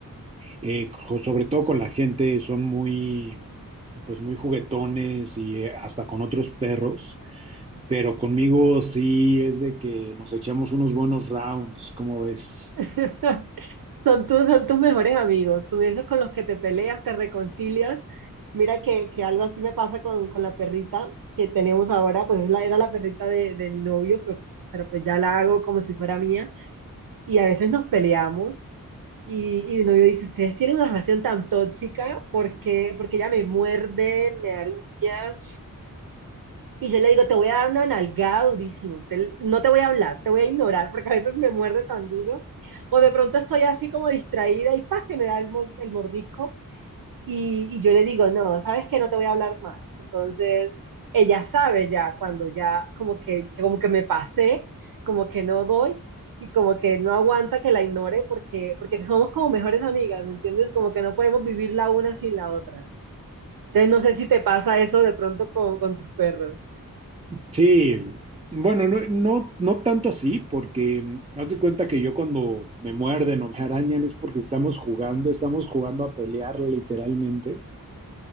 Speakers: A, on the right (about 20°); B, on the right (about 80°).
A: Eh, co- sobre todo con la gente son muy, pues muy juguetones y eh, hasta con otros perros pero conmigo sí es de que nos echamos unos buenos rounds, ¿cómo ves?
B: <laughs> Son tus, son tus mejores amigos, con esos con los que te peleas, te reconcilias. Mira que, que algo así me pasa con, con la perrita que tenemos ahora, pues es la, era la perrita de, de mi novio, pero, pero pues ya la hago como si fuera mía. Y a veces nos peleamos Y, y mi novio dice, ustedes tienen una relación tan tóxica porque, porque ella me muerde, me aruña. Y yo le digo, te voy a dar una nalgada durísimo, te- no te voy a hablar, te voy a ignorar porque a veces me muerde tan duro. O de pronto estoy así como distraída y ¡pah! que me da el, mo- el mordisco. Y, y yo le digo, no, sabes que no te voy a hablar más. Entonces, ella sabe ya cuando ya como que, como que me pasé, como que no doy y como que no aguanta que la ignore porque, porque somos como mejores amigas, ¿me entiendes? Como que no podemos vivir la una sin la otra. Entonces, no sé si te pasa eso de pronto con, con tus perros.
A: Sí, bueno, no, no, no tanto así, porque mm, haz de cuenta que yo cuando me muerden o me arañan es porque estamos jugando, estamos jugando a pelear literalmente,